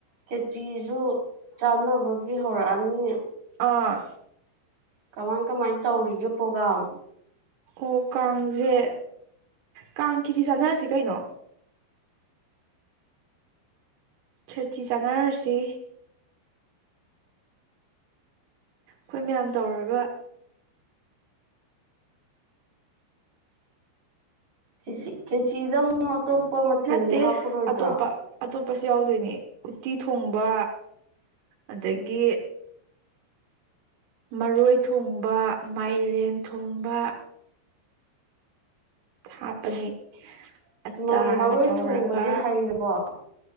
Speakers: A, on the right; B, on the right.
A: ꯀꯦꯆꯤꯖꯨ ꯆꯥꯅꯕꯒꯤ ꯍꯧꯔꯛꯑꯅꯤ
B: ꯑꯥ
A: ꯀꯃꯥꯏ ꯀꯃꯥꯏꯅ ꯇꯧꯔꯤꯒꯦ ꯄꯣꯒꯥꯝ
B: ꯑꯣ ꯀꯥꯡꯖꯦ ꯀꯥꯡ ꯈꯦꯆꯤ ꯆꯥꯟꯅꯔꯁꯦ ꯀꯩꯅꯣ ꯈꯦꯆ꯭ꯔꯤ ꯆꯥꯅꯔꯁꯤ ꯈꯣꯏ ꯃꯌꯥꯝ ꯇꯧꯔꯒ
A: ꯀꯦꯆ ꯀꯦꯆꯤꯗꯪ ꯑꯇꯣꯞꯄ ꯃꯊꯦꯜꯗꯤ
B: ꯅꯠꯇꯦ
A: ꯍꯥꯞꯄꯔꯣꯏꯗ꯭ꯔꯣ
B: ꯑꯇꯣꯞꯄ ꯑꯇꯣꯞꯄꯁꯨ ꯌꯥꯎꯗꯣꯏꯅꯦ ꯎꯠꯇꯤ ꯊꯣꯡꯕ ꯑꯗꯒꯤ ꯃꯔꯣꯏ ꯊꯣꯡꯕ ꯃꯥꯏꯔꯦꯟ ꯊꯣꯡꯕ ꯍꯥꯞꯄꯅꯤ ꯑꯆꯥꯔꯒ
A: ꯃꯥ ꯃꯔꯣꯏ
B: ꯇꯧꯔꯒ
A: ꯊꯣꯡꯕꯗꯤ ꯍꯩꯔꯕꯣ